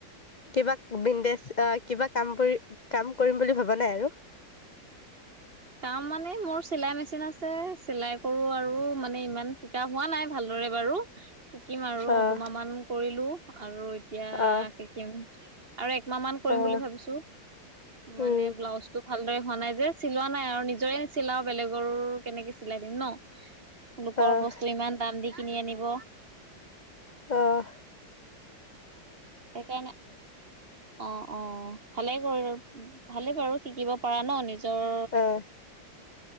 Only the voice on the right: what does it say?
কাম মানে মোৰ চিলাই মেচিন আছে চিলাই কৰো আৰু মানে ইমান শিকা হোৱা নাই ভালদৰে বাৰ বাৰু শিকিম আৰু
দুমাহ মান কৰিলো। আৰু এতিয়া
শিকিম আৰু একমাহ মান কৰিম
বুলি ভাবিছো।
মানে ব্লাউজ টো ভালদৰে হোৱা নাই যে চিলোৱা নাই আৰু নিজৰে চিলাও বেলেগৰ কেনেকে চিলাই দিম ন? লোকৰ
বস্তু ইমান দাম দি কিনি আনিব।
সেইকাৰণে অ'- অ', ভালেই ভালে বাৰু শিকিব পৰাাৰ ন নিজৰ